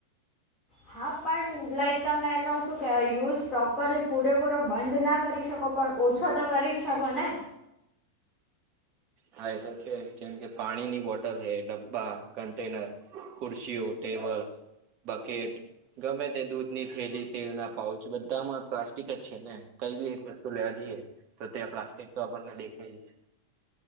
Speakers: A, in the centre; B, on the right.
A: હા પણ લાઈક તમે એનો શું કેવાય યુઝ પ્રોપરલી પૂરેપૂરો બંધ ના કરી શકો. પણ ઓછો તો કરી જ શકો ને?
B: હા એ તો છે જેમ કે પાણીની બોટલ હે ડબ્બા કન્ટેનર, ખુરશીઓ, ટેબલ, બકેટ ગમે તે દૂધ દૂધની થેલી, તેલના પાઉચ બધામાં પ્લાસ્ટિક જ છે ને કઈ બી એક વસ્તુ લેવા જઈએ. તો ત્યાં પ્લાસ્ટિક તો આપણને દેખાઈ જાય.